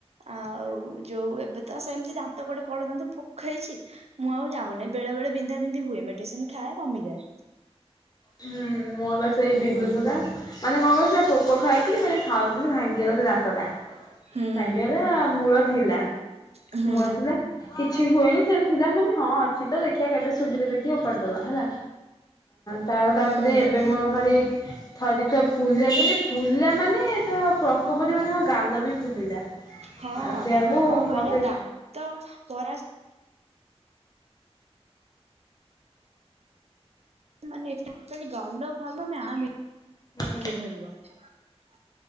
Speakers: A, on the right; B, on the left.
A: ଆଉ। ଯୋଉ ଏବେ ତ ସେମିତି ଦାନ୍ତ ଗୋଟେ କଳ ଦାନ୍ତ ପୋ କ ଖାଇଛି ମୁଁ ଆଉ ଯାଉନି ବେଳେ ବେଳେ ବିନ୍ଧା ବିନ୍ଧି ହୁଏ ମେଡିସିନ ଖାଏ। କମିଯାଏ
B: ହୁଁ ମୋର ବା ସେଇ
A: ହୁଁ।
B: ବିନ୍ଧୁଥିଲା ମାନେ କଣ କହିଲୁ ସେ ପୋକ ଖାଇକି ମାନେ ଖାଉଥିଲି ଭାଙ୍ଗିଗଲା ସେ ଦାନ୍ତ ଟା
A: ହୁଁ।
B: ଭାଙ୍ଗିଗଲା ମୂଳ। ଥିଲା।
A: ହୁଁ
B: ମୂଳ ଥିଲା କିଛି ହୁଏନି ସେମତି ଥିଲା ମୁଁ କଇଲି ହଁ ଅଛି ତ ଦେଖିବା କେବେ ସୁବିଧା ଦେଖିକି ଓପାଡି ଦବା। ହେଲା ତା ତାପରେ
A: ହୁଁ
B: ଏବେ ମୋର ଖାଲି ଥରେ ତ ଫୁ ଫୁଲିଲା ଯେମିତୀ ଫୁଲିଲା ମାନେ ତ ପ୍ରକୋପରେ ମାନେ ମୋ ଗାଲ ବି ଫୁଲିଲା।
A: ହଁ
B: ଆଉ ସେଆକୁ
A: ମାନେ କଣ
B: ମତେ
A: କହିଲ ଦାନ୍ତ ପରାସ୍ <unintelligible>
B: ହୁଁ